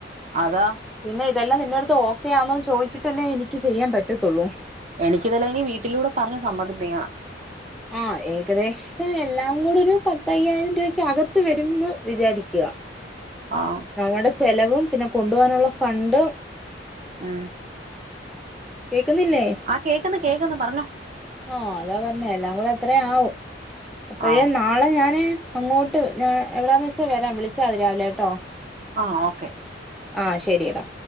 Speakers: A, on the right; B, in the centre.
A: അതാ
B: പിന്നെ ഇതെല്ലാം നിന്റെ അടുത്ത് ഓക്കെ ആണോന്ന് ചോദിച്ചിട്ടല്ലേ എനിക്ക് ചെയ്യാൻ പറ്റത്തുള്ളൂ
A: എനിക്കിതല്ലാം ഇനി വീട്ടിലൂടെ പറഞ്ഞ് സമ്മതിപ്പിക്കണം
B: ആ ഏകദേശം എല്ലാം അതും കൂടെ ഒരു പത്തയ്യായിരം രൂപയ്ക്ക് അകത്ത് വരുമന്ന് വിചാരിക്കുക
A: ആഹ
B: നമ്മുടെ ചെലവും പിന്നെ കൊണ്ടു പോകാനുള്ള ഫണ്ട്
A: ഉ
B: കേക്കുന്നില്ലേ
A: ആ കേക്കന്ന് കേക്കന്ന് പറഞ്ഞോ
B: ആഹ അതാ പറഞ്ഞേ എല്ലാം കൂടെ അത്രേ ആവുംഅപ്പോഴേ
A: ആ
B: നാളെ ഞാന് അങ്ങോട്ട് കേട്ട് ഞാൻ എവിടാന്ന് വച്ചാ വരാം വിളിച്ചാ മതി രാവിലെ കേട്ടോ
A: ആ ഓക്കെ
B: ആ ശരിയടാ